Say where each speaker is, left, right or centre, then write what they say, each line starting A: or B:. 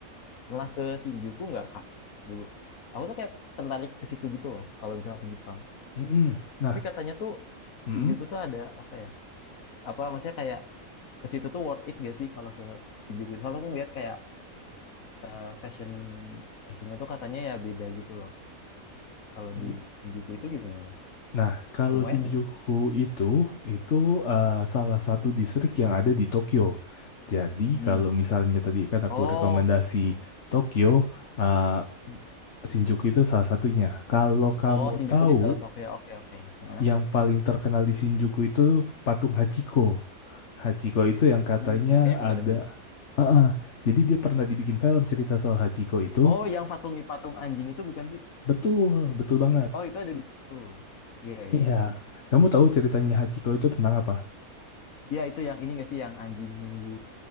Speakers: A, on the left (about 75°); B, on the left (about 55°).
A: pernah ke Shinjuku nggak Kak dulu? Aku tuh kayak tertarik ke situ gitu loh kalau misalnya ke Jepang.
B: mm-mm. Nah,
A: Tapi katanya tuh
B: mm-mm,
A: Shinjuku tuh ada apa ya? Apa maksudnya kayak ke situ tuh worth it gak sih kalau ke Shinjuku? Soalnya aku ngeliat kayak eh, fashion fashionnya tuh katanya ya beda gitu loh. Kalau
B: mm.
A: di Shinjuku itu gimana?
B: Nah, kalau
A: Lumayan
B: Shinjuku
A: gitu.
B: itu itu eh, salah satu distrik yang ada di Tokyo. Jadi
A: Hmm.
B: kalau misalnya tadi kan aku
A: Oh,
B: rekomendasi Tokyo, eh, Shinjuku itu salah satunya. Kalau kamu
A: Oh, Shinjuku
B: tahu
A: di dalam Tokyo. Oke, oke. Hah?
B: yang paling terkenal di Shinjuku itu patung Hachiko. Hachiko itu yang katanya
A: hmm. Kayaknya
B: ada
A: pernah denger deh.
B: Eh, eh, Jadi dia pernah dibikin film cerita soal Hachiko itu.
A: Oh, yang patungi-patung anjing itu bukan sih?
B: Betul, betul banget.
A: Oh, itu ada di situ. Iya, iya,
B: Iya.
A: iya.
B: Kamu tahu ceritanya Hachiko itu tentang apa?
A: Iya, itu yang ini nggak sih yang anjing nunggu